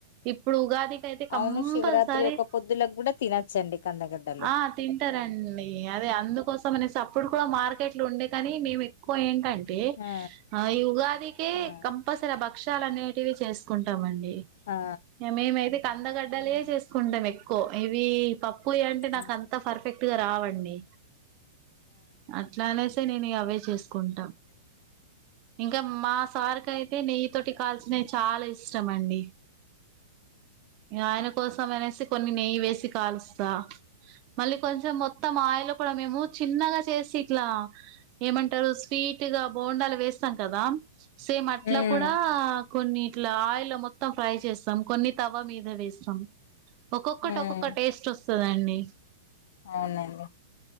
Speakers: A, on the right (about 35°); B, on the left (about 60°).
A: ఇప్పుడు ఉగాది ది అయితే కంపల్సరీ
B: అవును శివరాత్రి ఒక పొద్దులకు కూడా తినొచ్చండి కందగడ్డలు
A: ఆ తింటారు అండి అదే అందుకు కోసం అనేసి అప్పుడు కూడా మార్కె ట్లు ఉండే కాని మేము ఎక్కువ ఏంటం టె
B: ఆ
A: ఈ ఉగాది కే
B: ఆ
A: కంపల్సరీ భక్ష్య లు ఆనేటివి చేసుకుంటం అండి
B: ఆ ఆ
A: ఇయ మేమైతే కందగడ్డలే
B: ఉమ్
A: చేసుకుంటాం ఎక్కు కో ఏవి ప పొయి అంటే
B: ఉమ్
A: నాకు అంత పర్ఫె ఇగ రావండి అట్లానేసే నేను ఇగ అవే చేసుకుంటా ఇంకా మా సార్కి అయితే నెయ్యి తోటి కాల్ నే చాలా ఇష్టమండి. ఆయన కోసం అనేసి కొన్ని నెయ్యి వేసి కాలుస్తా. మళ్ళీ కొంచెం మొత్తం ఆయిల్ కూడా మేము చిన్నగా సేసి ఇట్లా ఏమంటరు స్వీట్ గా బోండలు వేస్తాం కదా సేమ్ అట్లా
B: ఉమ్
A: కూడా కొన్ని ఇట్ల ఆయిల్లా మొత్తం ఫ్రై చేస్తాం, కొన్ని తవ్వ మీద వేస్తం. ఒక్కొక్కటి
B: ఉమ్
A: ఒక్కొక్క టేస్టొస్ స్తదండి.
B: అవునండి